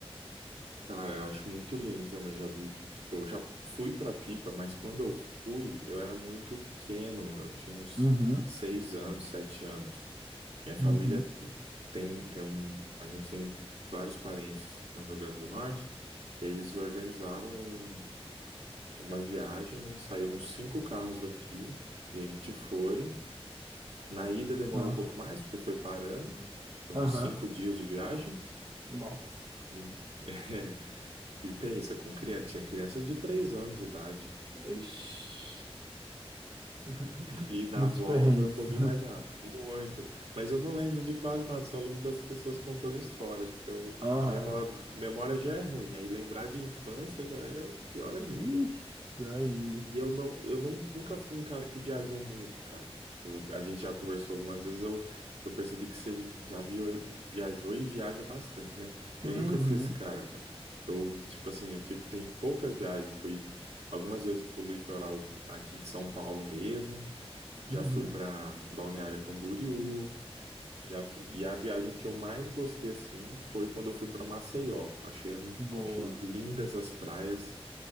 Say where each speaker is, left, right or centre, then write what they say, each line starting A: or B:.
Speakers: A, on the right (about 80°); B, on the right (about 45°).
A: cara, eu acho muito lindo também. Já vi, tipo, eu já fui pra Pipa, mas quando eu fui, eu era muito pequeno. Eu tinha uns
B: Uhum,
A: seis anos, sete anos. Minha família
B: uhum.
A: tem, tem um, a gente tem vários parentes no Rio Grande do Norte. Eles organizaram um- uma viagem, né? Saiu uns cinco carros daqui e a gente foi. Na ida demorou
B: Nossa.
A: um pouco mais, porque foi parando, né? Foi
B: Aham.
A: uns cinco dias de viagem.
B: Nossa.
A: E, <laughs> é, e pensa, com criança, tinha criança de três anos de idade.
B: Ixi. <laughs>
A: E na
B: Muitos
A: volta
B: perrengues.
A: foi um pouquinho mais rápido. Muito. Mas eu não lembro de quase nada, só lembro das pessoas contando história, porque eu,
B: <laughs> Aham.
A: a minha maior- memória já é ruim. Aí lembrar de infância já é pior ainda.
B: Ixi, pior ainda.
A: E eu não, eu não, nunca fui um cara que viajou muito, cara. Eu- a gente já conversou algumas vezes, eu, eu percebi que você já viu, viajou e viaja bastante, né? Eu
B: Uhum.
A: nunca fui esse cara, cara. Eu, tipo assim, eu tive, tenho poucas viagens, fui algumas vezes pro litoral aqui de São Paulo mesmo, já
B: Uhum.
A: fui pra Balneário Camboriú, já fui, e a viagem que eu mais gostei, assim, foi quando eu fui pra Maceió. Achei,
B: Boa.
A: achei lindas as praias,